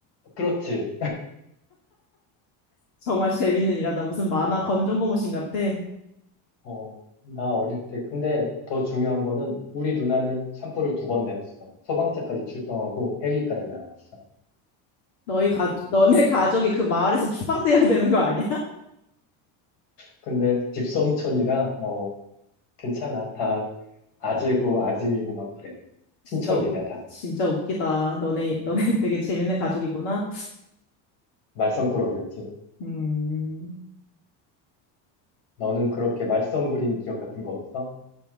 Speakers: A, on the left; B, on the left.
A: 그렇지.
B: 정말 재밌는 일하다. 무슨 만화 검정고무신 같아.
A: 어, 나 어릴 때, 근데 더 중요한 거는 우리 누나는 샴푸를 두 번 냈어. 소방차까지 출동하고 헬기까지 날아왔어.
B: 너희 가, 너네 가족이 그 마을에서 추방돼야 되는 거 아니야? <laughs>
A: 근데 집성촌이라, 어, 괜찮아. 다 아재고 아짐이고 막 그래. 친척이야,
B: 진짜, 웃-
A: 다.
B: 진짜 웃기다. 너네, 너네 <laughs> 되게 재밌는 가족이구나.
A: 말썽꾸러기였지.
B: 음,
A: 너는 그렇게 말썽 부린 기억 같은 거 없어?